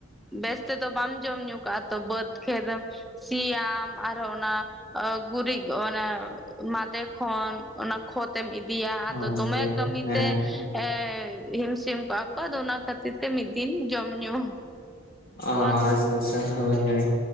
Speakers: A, in the centre; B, on the left (about 45°).
A: ᱵᱮᱥ ᱛᱮ ᱫᱚ ᱵᱟᱢ ᱡᱚᱢ ᱧᱩ ᱠᱟᱜᱼᱟ ᱛᱚ ᱵᱟᱹᱫᱽ ᱠᱷᱮᱛ ᱮᱢ ᱥᱤᱭᱟᱢ ᱟᱨᱚ ᱚᱱᱟ ᱚ ᱜᱩᱨᱤᱡ ᱚᱱᱟᱮᱴ ᱢᱟᱫᱮ ᱠᱷᱚᱱ ᱚᱱᱟ ᱠᱷᱚᱛ ᱛᱮᱢ ᱤᱫᱤᱭᱟ
B: ᱦᱳᱭ
A: ᱟᱫᱚ ᱫᱚᱢᱮ
B: ᱦᱳᱭ
A: ᱠᱟᱹᱢᱤ
B: ᱦᱮᱸ
A: ᱛᱮ ᱮᱻ ᱦᱤᱢ ᱥᱤᱢ ᱠᱚᱜᱼᱟ ᱠᱚ ᱟᱫᱚ ᱚᱱᱟ ᱠᱷᱟᱹᱛᱤᱨ ᱛᱮ ᱢᱤᱫ ᱫᱤᱱ ᱡᱚᱢ ᱧᱩ
B: ᱚ
A: ᱯᱚᱨ
B: ᱟᱪᱪᱷᱟ ᱟᱪᱪᱷᱟ ᱦᱳᱭ ᱦᱳᱭ